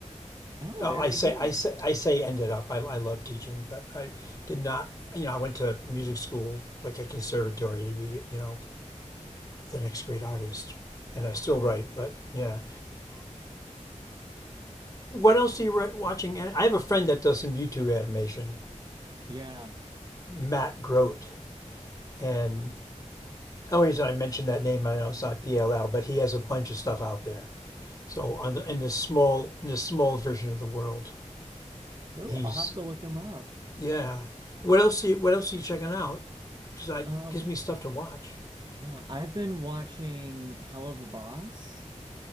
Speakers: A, on the right; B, on the left.
A: oh,
B: Oh,
A: very
B: I say
A: neat.
B: I say I say ended up. I, I love teaching, but I did not. You know, I went to music school, like a conservatory, to be you know the next great artist. And I still write,
A: Oh,
B: but yeah. What else are you watching? And I have a friend that does some YouTube animation,
A: yeah.
B: Matt Grote, and the only reason I mentioned that name, I know it's not PLL, but he has a bunch of stuff out there So on the, in this small in this small version of the world,
A: Oh,
B: he's
A: I'll have to look him up.
B: yeah. What else? Are you, what else are you checking out? Because I
A: Um,
B: gives me stuff to watch.
A: yeah, I've been watching Hell of a Boss.